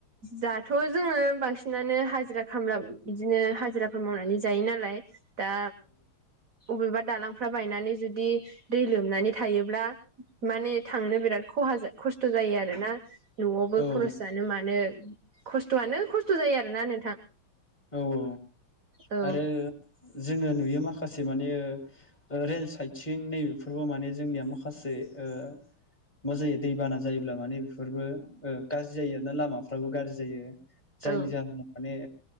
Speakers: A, on the right; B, on the left.
A: दाथ' जोङो बांसिन बिसिनानो हाजिरा खामला बिदिनो हाजिराफोर मावनानै जायो नालाय दा अबेबा दालांफ्रा बायनानै जुदि दै लोमनानै थायोब्ला माने थांनो बिराद खहा खस्थ' जायो आरोना। न'आवबो
B: औ
A: खरस जानो मानो खस्थ'आनो खस्थ' जायो आरोना नोंथां।
B: औ औ
A: औ
B: आरो जोङो नुयो माखासे माने रेल साइद सिं नैबेफोरबो माने जोंनिया माखासे ओ मा जायो दैबाना जायोब्ला माने बेफोरबो गाज्रि जायो आर ना लामाफ्राबो गाज्रि जायो। जायनि
A: औ
B: जाहोनाव माने